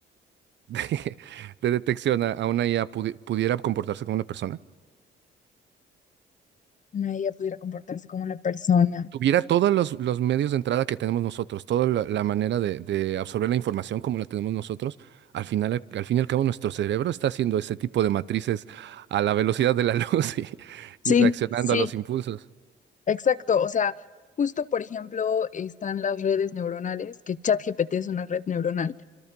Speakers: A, on the right; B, on the left.
A: de, <laughs> de detección a, a una IA pudi- pudiera comportarse como una persona,
B: una IA pudiera comportarse como una persona.
A: tuviera todos los, los medios de entrada que tenemos nosotros, toda la, la manera de, de absorber la información como la tenemos nosotros, al final, al, al fin y al cabo, nuestro cerebro está haciendo ese tipo de matrices a la velocidad de la <laughs> luz y,
B: Sí,
A: y reaccionando
B: sí.
A: a los impulsos,
B: Exacto, o sea, justo por ejemplo están las redes neuronales, que ChatGPT es una red neuronal,